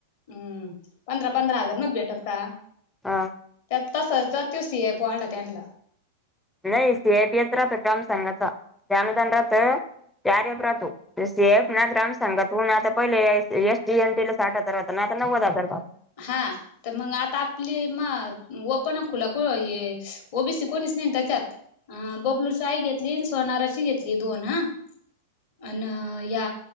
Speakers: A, on the left (about 55°); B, in the centre.
A: हम्म पंधरा पंधरा हजार नव्हतं भेटत का
B: हा
A: तर तस तो सी एफ वाढला त्यांला
B: नाही सीएट येत राहतो काम सांगण्याचा ते अनुदान राहतं ते आर एफ राहतो सीफ ना ग्रामसंघातून आता पहिले या एस टी एन टी ला साठ हजार होता ना आता नव्वद हजार झाला.
A: हा तर मग आता आपली म ओपन अन् खुला कु ये ओबीसी कोणीच नाही त्याच्यात अ बबलूची आई घेतली आणि सोनाराची घेतली दोन हा अन या